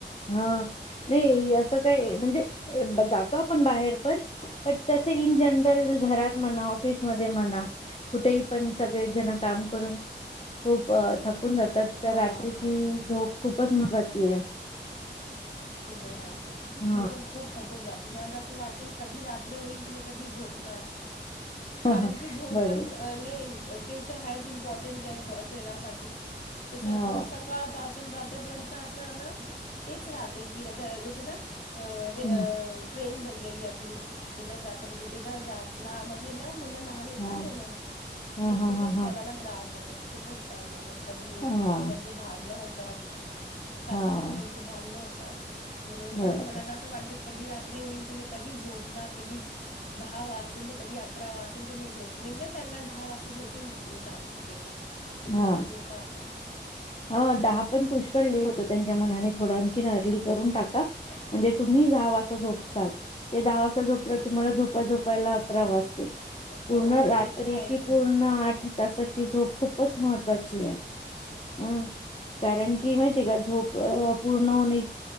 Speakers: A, on the left; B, on the left.
A: हा नाही असं काय म्हणजे जातो आपण बाहेर पण पण तसे इन जनरल घरात म्हणा ऑफिसमध्ये म्हणा कुठेही पण सगळे जणं काम करून खूप थकून जात- त
B: हा
A: त रात्रीची
B: हा हा
A: झोप खूपच मत्त्वाचीये
B: ते त हायचं
A: हा
B: मी पण- खूप थकून जाते मला त असं वाटतं की कधी रात्र होईन त मी कधी झोपणार
A: हा
B: कारण
A: हा
B: की झोप
A: बरं
B: पण- अ लय ते त हायच इम्पॉर्टंटे ब्वा शरीरासाठी
A: हा
B: त सग सग- काळ पासून राते पर्यंत असं न तेच राहते की आता जसं ना- त रे
A: हम्म
B: ट्रेन बनलेली आपली इथं जा क त तीथ तिथं जा ला म्हणजे न मुलं लहान हेत
A: हा
B: ना दोनं
A: हा
B: ते खूपच
A: हा हा हा
B: मला ना- त्रास देतात खूपच त्रास देतात कधी
A: हा
B: त्यांचे भाड न होतात सारखं
A: हा
B: सारखं- त त्यांची भाडणं होतात म्हणुन नां
A: बरोबर
B: मला त असं वाटतं- कधी रात्री होईन ते मी कधी झोपणार कधी दहा वासेल त कधी अकरा वासेल त मी झोप मी ना त्यांना दहा वाजता झोपून टा घेते की तुम्ही
A: हा
B: आता झोपा आता
A: ह दहा पण पुष्कळ लि होत त्यांच्या मनाने थोडं आणखीन अर्ली करून टाका. म्हणजे तुम्ही दहा वाजता झोपसाल ते दहा वाजता झोपल्यावर तुम्हाला झोपा झोपायला अकरा वाजतील.
B: स- हा
A: पूर्ण
B: हो
A: रात्रीची
B: ते तर आहेच
A: पूर्ण आठ तासाची झोप खूपच महत्वाचीये अं कारण की माहितीये का झोप अ पूर्ण होणे-